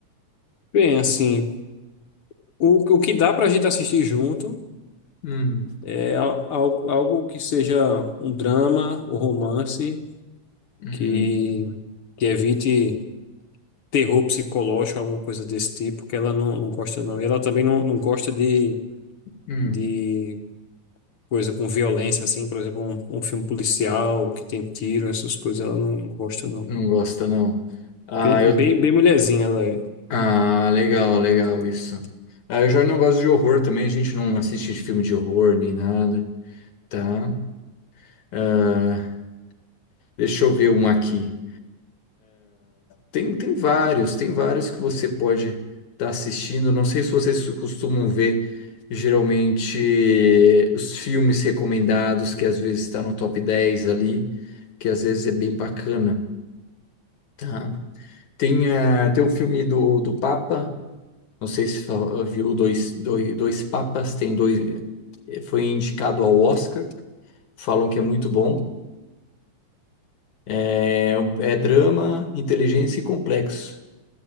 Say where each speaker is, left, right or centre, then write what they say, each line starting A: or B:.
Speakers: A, on the left; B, on the left.
A: Bem, assim, o, o que dá pra gente assistir junto
B: Hum,
A: é al- al- algo que seja um drama ou romance
B: hum,
A: que, que evite terror psicológico, alguma coisa desse tipo, que ela não, não gosta, não. E ela também não, não gosta de,
B: hum,
A: de coisa com violência, assim, por exemplo, um, um filme policial que tem tiro, essas coisas, ela não não gosta, não.
B: não gosta, não. Ah,
A: Bem,
B: eu...
A: bem, bem mulherzinha ela é.
B: ah, legal, legal isso. Ah, eu já não gosto de horror também, a gente não assiste filme de horror nem nada, tá? Ah, deixa eu ver um aqui. Tem, tem vários, tem vários que você pode estar assistindo. Não sei se vocês costumam ver geralmente os filmes recomendados, que às vezes está no top 10 ali, que às vezes é bem bacana, tá? Tem, ah, tem um filme do, do Papa, não sei se fa- ah, viu dois, dois, dois Papas, tem dois, eh, foi indicado ao Oscar, falam que é muito bom. É, é drama, inteligência e complexo.